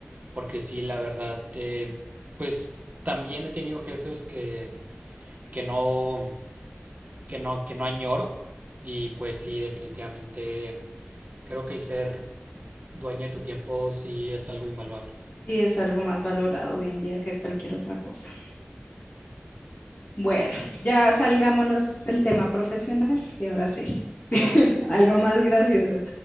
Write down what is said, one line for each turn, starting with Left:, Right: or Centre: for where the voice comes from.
Right: porque sí, la verdad, eh, pues también he tenido jefes que que no, que no, que no añoro. Y pues sí, definitivamente creo que el ser dueño de tu tiempo sí es algo invaluable.
Left: Y es algo más valorado hoy en día que cualquier otra cosa. Bueno, ya salgámonos del tema profesional y ahora sí, <laughs> algo más gracioso.